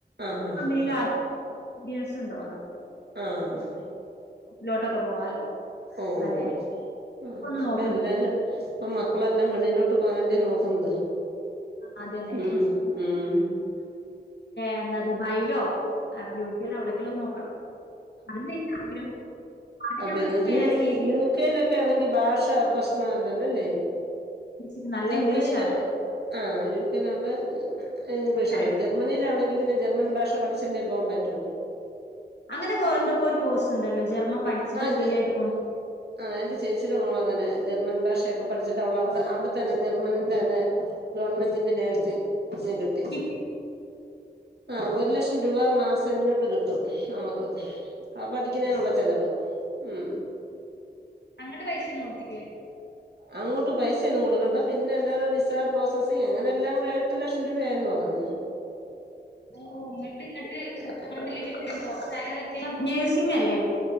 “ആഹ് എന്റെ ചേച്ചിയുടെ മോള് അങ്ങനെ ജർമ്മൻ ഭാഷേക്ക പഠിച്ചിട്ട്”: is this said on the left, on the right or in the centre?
Right